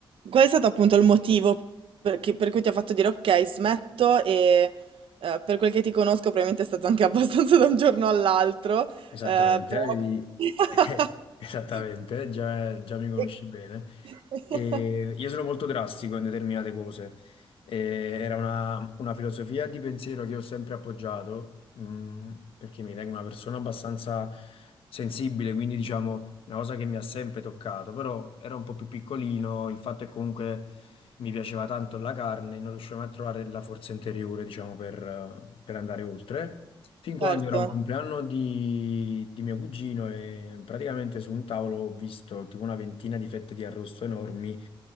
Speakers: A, on the right; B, on the left.
A: qual è stato appunto il motivo per che per cui ti ha fatto dire: "Okay, smetto" e, ehm, per quel che ti conosco probabilmente è stato anche <laughs> abbastanza da un giorno all'altro,
B: Esattamente,
A: ehm, però
B: eh, di-
A: <laughs>
B: <laughs> esattamente, già, già mi conosci
A: E
B: bene.
A: <laughs>
B: E io sono molto drastico in determinate cose, E era una, una filosofia di pensiero che io ho sempre appoggiato, mh, perché mi ritengo una persona abbastanza sensibile, quindi diciamo una cosa che mi ha sempre toccato, però era un po' più piccolino, il fatto è che comunque mi piaceva tanto la carne, non riuscivo mai a trovare la forza interiore, diciamo, per, eh, per andare oltre. Fin quando
A: Certo.
B: era un compleanno di, di mio cugino e praticamente su un tavolo ho visto tipo una ventina di fette di arrosto enormi